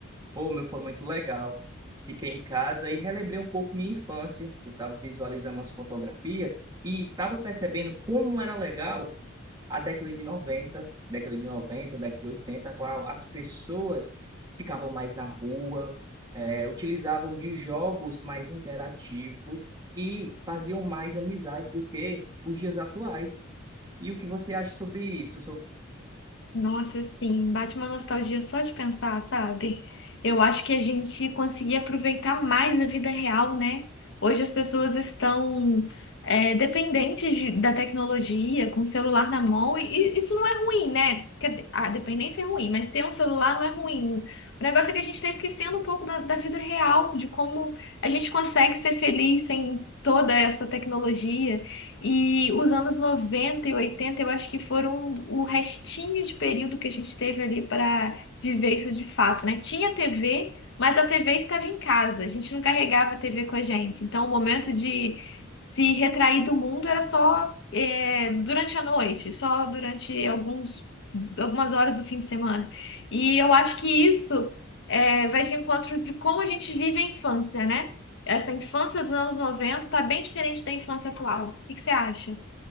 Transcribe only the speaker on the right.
Pô, o meu, foi muito legal. Fiquei em casa e relembrei um pouco minha infância. Eu estava visualizando as fotografias e estava percebendo como era legal a década de 90, década de 90, década de 80, a qual as pessoas ficavam mais na rua, eh, utilizavam de jogos mais interativos e faziam mais amizades do que os dias atuais. E o que você acha sobre isso? So-